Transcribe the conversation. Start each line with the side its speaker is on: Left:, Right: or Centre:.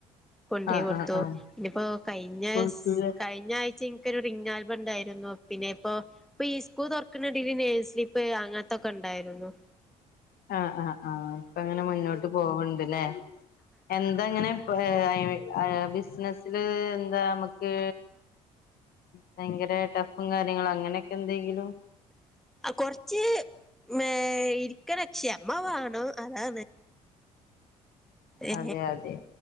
Centre: കൊണ്ടോയി
Left: ആഹ്
Centre: കൊടുത്തു
Left: ആഹ് ആഹ്
Centre: പിന്നിപ്പോ കഴിഞ്ഞസ്
Left: കൊഴപ്പല്ല
Centre: കഴിഞ്ഞ ആഴ് <unintelligible> ഒരു റിംഗ് ആൽബം ഉണ്ടായിരുന്നു പിന്നെ ഇപ്പോ ഇപ്പൊ ഈ സ്കൂ തുറക്കണ ഇടേൽ നെയിംസ്ലിപ്പ് അങ്ങനത്തൊക്കെ ഉണ്ടായിരുന്നു
Left: ആഹ് ആഹ് ആഹ് ഇപ്പം അങ്ങനെ മുന്നോട്ട് പോവണ്ട്ല്ലേ എന്താഇങ്ങനെ <unintelligible> ബിസിനസില് എന്താ നമുക്ക് ഭയങ്കര ടഫും കാര്യങ്ങളും അങ്ങനെയൊക്കെ എന്തെങ്കിലും
Centre: കൊറച്ച് ആ ഇരിക്കണം ക്ഷമ വേണം അതാണ്‌ ഏ
Left: അതെ അതെ